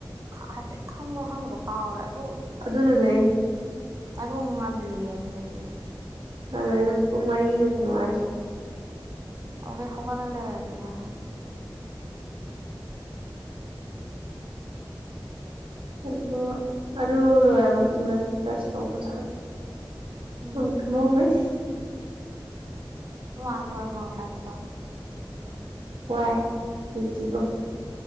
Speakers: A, on the right; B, on the right.
A: ꯍꯥꯏꯐꯦꯠ ꯈꯪꯕ꯭ꯔ ꯈꯪꯗꯕ ꯀꯥꯎꯔꯦ ꯑꯗꯨ
B: ꯑꯗꯨꯅꯥꯅꯦ
A: ꯑꯗꯨ ꯉꯜꯂꯤꯌꯦ ꯑꯗꯨꯗꯗꯤ
B: ꯑꯗꯨꯗꯥꯏ ꯗꯨ ꯄꯨꯡ ꯃꯔꯤꯒ ꯀꯩꯅꯣ ꯍꯥꯏꯁꯦ
A: ꯑꯧꯒꯤ ꯍꯧꯒꯠꯂ ꯂꯩꯔꯗꯤꯅꯦ
B: ꯑꯗꯨ ꯑꯗꯨ ꯂꯣꯏꯔ ꯃꯇꯨꯡꯗ ꯕ꯭ꯔꯁ ꯇꯧꯕ ꯆꯠꯂꯨ
A: ꯎꯝ
B: ꯍ ꯃꯃꯦ <unintelligible>
A: ꯃ ꯑꯗꯤ ꯋꯥꯒꯁꯥꯏꯒꯤꯗꯣ
B: ꯋꯥꯏ ꯇꯨ ꯖꯤꯔꯣ